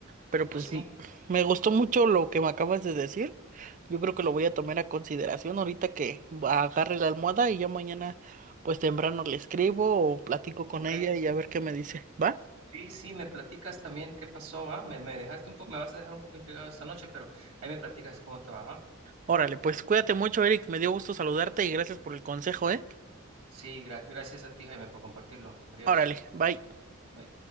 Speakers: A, on the right (about 35°); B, on the right (about 75°).
A: Pero
B: Pues
A: pues
B: sí,
A: m- me gustó mucho lo que me acabas de decir. Yo creo que lo voy a tomar a consideración ahorita que va- agarre la almohada y ya mañana, pues temprano le escribo o platico con
B: ok.
A: ella y a ver qué me dice. ¿Va?
B: Sí, sí, me platicas también qué pasó, ¿va? Me, me dejaste un poco, me vas a dejar un poco intrigado esta noche, pero ahí me platicas cómo te va, ¿va?
A: Órale, pues cuídate mucho, Eric. Me dio gusto saludarte y gracias por el consejo, ¿eh?
B: Sí, gra- gracias a ti, Jaime, por compartirlo. Adiós.
A: Órale, bye.
B: Bye.